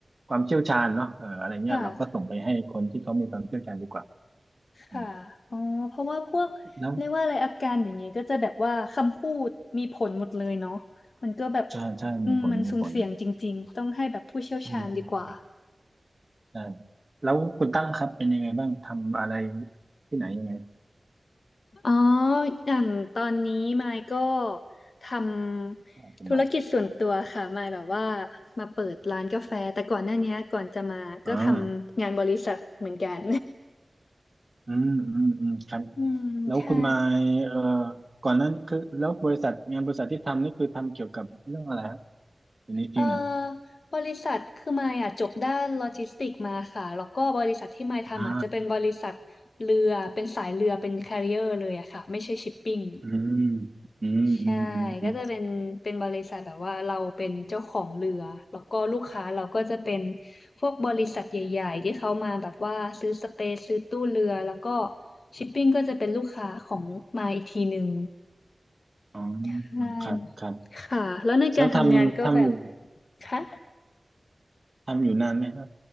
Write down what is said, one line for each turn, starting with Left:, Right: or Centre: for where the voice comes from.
Right: ความเชี่ยวชาญเนาะเอออะไรเงี้ยเราก็ส่งไปให้คนที่เขามีความเชี่ยวชาญดีกว่า
Left: ค่ะ
Right: อืม
Left: ค่ะอ๋อเพราะว่าพวกเรียกว่าอะไรอาการอย่างเงี้ยก็จะแบบว่าคำพูดมีผลหมดเลยเนาะ
Right: แล้ว
Left: มันก็แบบ
Right: ใช่ใช่มีผลมีผล
Left: อืมมันสุ่มเสี่ยงจริงๆต้องให้แบบผู้เชี่ยวชาญดีกว่า
Right: อืมอืมอืมใช่แล้วคุณตั้งครับเป็นยังไงบ้าง ทำอะไรที่ไหนยังไง
Left: อ๋ออย่างตอนนี้มายก็ทำธุรกิจส่วนตัวค่ะมายแบบว่า
Right: คุณหมาย
Left: มาเปิดร้านกาแฟแต่ก่อนหน้านี้ก่อนจะมาก็ทำงานบริษัทเหมือนกัน
Right: อ่า อืมอืมอืมครับ
Left: <laughs> อืมใช่
Right: แล้วคุณมายเอ่อก่อนนั้นคือแล้วบริษัทงานบริษัทที่ทำนี่คือทำเกี่ยวกับเรื่องอะไรฮะอยู่ในฟิลไหน
Left: เอ่อบริษัทคือมายอ่ะจบด้านโลจิสติกมาค่ะแล้วก็บริษัทที่มายทำอ่ะจะเป็นบริษัท
Right: อ่า
Left: เรือเป็นสายเรือเป็นแคเร r i e r ร์เลยอะค่ะไม่ใช่ชิปปิ้ง
Right: อืมอืมอืมอืมอืม
Left: ใช่ ก็จะเป็นเป็นบริษัทแบบว่าเราเป็นเจ้าของเรือ แล้วก็ลูกค้าเราก็จะเป็นพวกบริษัทใหญ่ๆที่เขามาแบบว่าซื้อสเปซซื้อตู้เรือ แล้วก็ชิปปิ้งก็จะเป็นลูกค้าของมาอีกทีหนึ่ง
Right: อ๋อ
Left: ใช่ค่ะแล้วในการทำงานก็แบบ
Right: ครับครับแล้วทำทำอยู่
Left: ค่ะ
Right: ทำอยู่นานไหมครับ